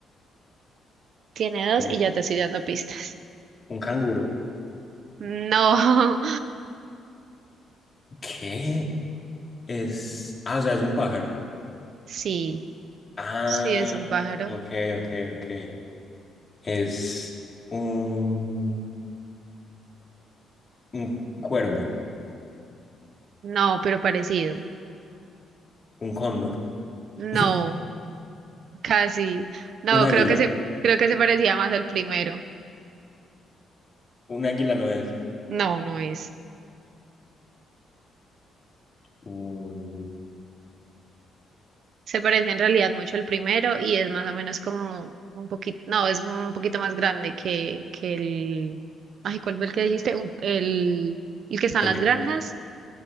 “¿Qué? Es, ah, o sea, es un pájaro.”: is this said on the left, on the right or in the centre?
Left